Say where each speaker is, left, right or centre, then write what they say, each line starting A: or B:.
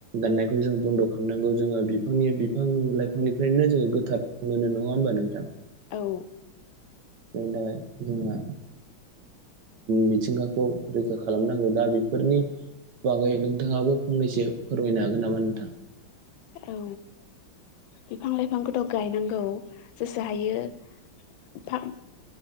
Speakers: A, on the right; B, on the left.
A: दाननायखौ जों बन्द' खालामनांगौ जोङो बिफांनि बिफां लाइफांनिफ्रायनो जोङो गोथार मोनो नङा होमबा नों
B: औ
A: जोंनि थाखाय जोंहा मिथिंगाखौ रैखा खालामनो जोङो दा बेफोरनि बागै नोंथाङाबो फंनैसो फोरमायनो हागोन नामा नोंथां?
B: औ बिफां लाइफांखौथ' गायनांगौ जेसो हायो फा